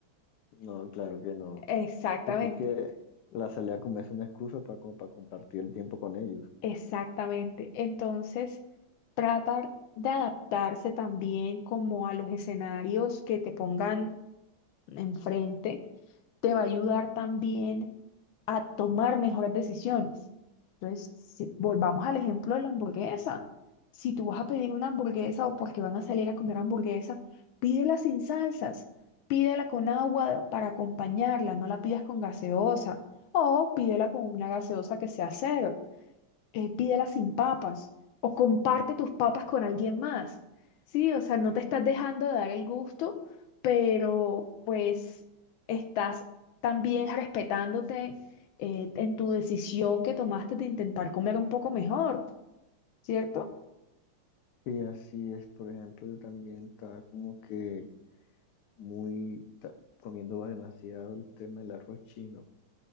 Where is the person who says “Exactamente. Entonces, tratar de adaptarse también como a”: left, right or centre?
Left